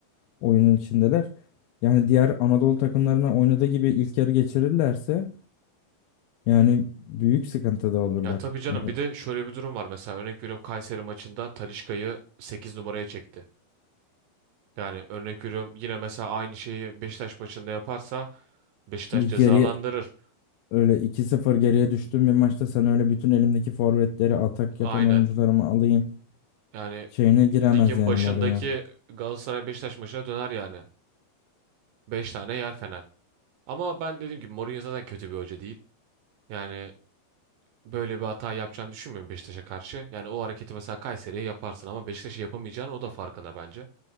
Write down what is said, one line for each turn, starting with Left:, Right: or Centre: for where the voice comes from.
Left: oyunun içindeler. Yani diğer Anadolu takımlarına oynadığı gibi ilk yarı geçirirlerse Yani büyük sıkıntıda olurlar.
Right: Ya tabii canım
Left: Yani
Right: bir de şöyle bir durum var. Mesela örnek veriyorum Kayseri maçında Talisca'yı 8 numaraya çekti. Yani örnek veriyorum yine mesela aynı şeyi Beşiktaş maçında yaparsa Beşiktaş
Left: bir
Right: cezalandırır.
Left: geri öyle iki 0 geriye düştüğüm bir maçta sen öyle bütün elimdeki forvetleri atak
Right: Aynen.
Left: yapan oyuncularımı alayım
Right: Yani
Left: şeyine giremez
Right: ligin
Left: yani
Right: başındaki
Left: Mourinho.
Right: Galatasaray Beşiktaş maçına döner yani. beş tane yer Fener. Ama ben dediğim gibi Mourinho zaten kötü bir hoca değil. Yani böyle bir hata yapacağını düşünmüyorum Beşiktaş'a karşı. Yani o hareketi mesela Kayseri'ye yaparsın ama Beşiktaş'a yapamayacağını o da farkında bence.